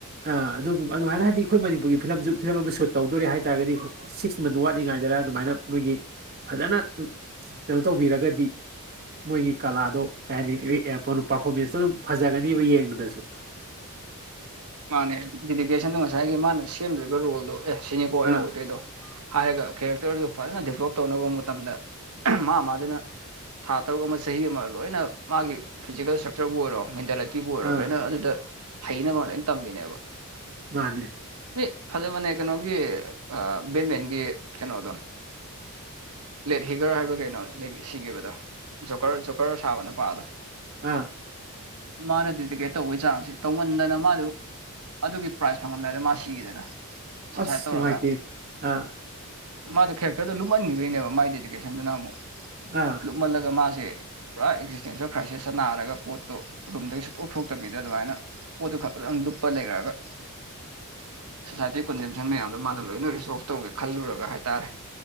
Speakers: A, on the right (about 45°); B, on the right (about 80°).
A: ꯑꯥ ꯑꯗꯨꯒꯨꯝ ꯑꯗꯨꯃꯥꯏꯅ ꯍꯥꯏꯗꯤ ꯑꯩꯈꯣꯏ ꯃꯅꯤꯄꯨꯔꯒꯤ ꯐꯤꯂꯝꯁꯨ ꯐꯤꯂꯝ ꯑꯃ ꯁꯨꯠ ꯇꯧꯗꯣꯔꯦ ꯍꯥꯏꯇꯥꯔꯒꯗꯤ ꯁꯤꯛꯁ ꯃꯟ ꯋꯥꯠꯂꯤꯉꯥꯏꯗꯔ ꯑꯗꯨꯃꯥꯏꯅ ꯃꯣꯏꯒꯤ ꯐꯖꯅ ꯀꯩꯅꯣ ꯇꯧꯕꯤꯔꯒꯗꯤ ꯃꯣꯏꯒꯤ ꯀꯥꯂꯥꯗꯣ ꯀꯩ ꯍꯥꯏꯅꯤ <unintelligible> ꯄꯥꯔꯐꯣꯔꯃꯦꯟꯁꯇꯣ ꯑꯗꯨꯝ ꯐꯖꯒꯅꯤꯕ ꯌꯦꯡꯕꯗꯁꯨ
B: ꯃꯥꯅꯦ ꯗꯤꯗꯤꯀꯦꯁꯟꯗ ꯉꯁꯥꯏꯒꯤ ꯃꯥꯅ ꯁꯦꯝꯗꯣꯏꯕ ꯔꯣꯜꯗꯣ ꯑꯦ ꯁꯤꯅꯤꯀꯣ ꯑꯩꯅ
A: ꯑꯥ
B: ꯑꯣꯏꯗꯣꯏꯗꯣ ꯍꯥꯏꯔꯒ ꯀꯦꯔꯦꯛꯇꯔꯗꯨ ꯐꯖꯅ ꯗꯤꯕ꯭ꯂꯣꯐ ꯇꯧꯅꯕ ꯃꯇꯝꯗ ꯃꯥ ꯃꯥꯗꯨꯅ ꯊꯥ ꯇꯔꯨꯛ ꯑꯃ ꯆꯍꯤ ꯑꯃ ꯂꯣꯏꯅ ꯃꯥꯒꯤ ꯐꯤꯖꯤꯀꯦꯜ ꯁꯇ꯭ꯔꯛꯆꯔꯕꯨ ꯑꯣꯏꯔꯣ ꯃꯦꯟꯇꯦꯂꯦꯟ ꯀꯤꯕꯨ ꯑꯣꯏꯔꯣ
A: ꯑꯥ
B: ꯂꯣꯏꯅ ꯑꯗꯨꯗ ꯍꯩꯅꯕ ꯂꯣꯏꯅ ꯇꯝꯕꯤꯅꯦꯕ
A: ꯃꯥꯅꯦ
B: ꯃꯤ ꯐꯖꯕꯅꯦ ꯀꯩꯅꯣꯒꯤ ꯑꯥ ꯕꯦꯟꯃꯦꯟꯒꯤ ꯀꯩꯅꯣꯗꯣ ꯂꯦꯠ ꯍꯤꯒꯔ ꯍꯥꯏꯕꯔꯥ ꯀꯩꯅꯣ ꯁꯤꯒꯤꯕꯗꯣ ꯖꯣꯀꯔ ꯖꯣꯀꯔ ꯁꯥꯕ ꯅꯨꯄꯥꯗꯣ
A: ꯍꯥ
B: ꯃꯥꯅ ꯗꯤꯗꯤꯀꯦꯠ ꯇꯧꯕꯩ ꯆꯥꯡꯁꯦ ꯇꯧꯃꯟꯗꯅ ꯃꯥꯗꯨ ꯑꯗꯨꯒꯤ ꯄ꯭ꯔꯥꯏꯖ ꯐꯪꯉꯝꯗꯥꯏꯗ ꯃꯥ ꯁꯤꯈꯤꯗꯅ ꯁꯨꯁꯥꯏꯠ
A: ꯑꯁ
B: ꯇꯧꯔꯒ
A: ꯅꯨꯡꯉꯥꯏꯇꯦ ꯑꯥ
B: ꯃꯥꯗ ꯈꯦꯔꯦꯛꯇꯔꯗꯣ ꯂꯨꯄꯀꯟꯈꯤꯗꯣꯏꯅꯦꯕ ꯃꯥꯏ ꯗꯦꯗꯤꯀꯦꯁꯟꯗꯨꯅ ꯑꯃꯨꯛ
A: ꯑꯥ
B: ꯇꯨꯝꯃꯜꯂꯒ ꯃꯥꯁꯦ ꯄꯨꯔꯥ ꯑꯦꯛꯖꯤꯁꯇꯦꯟꯁꯦꯜ ꯈ꯭ꯔꯥꯏꯁꯤꯁꯇ ꯅꯥꯔꯒ ꯄꯣꯠꯇꯣ ꯔꯨꯝꯗꯒꯤ ꯁꯨꯛꯇꯣꯛ ꯊꯣꯛꯇꯕꯤꯗ ꯑꯗꯨꯃꯥꯏꯅ ꯄꯣꯠꯇꯨ ꯈꯛꯇꯗꯡ ꯂꯨꯞꯄꯥ ꯂꯩꯒꯔꯒ ꯁꯣꯁꯥꯏꯇꯤ ꯀꯣꯟꯗꯦꯝꯁꯟ ꯃꯌꯥꯝꯗꯣ ꯃꯥꯅ ꯂꯣꯏꯅ ꯔꯤꯁꯣꯜꯐ ꯇꯧꯒꯦ ꯈꯜꯂꯨꯔꯒ ꯍꯥꯏꯇꯥꯔꯦ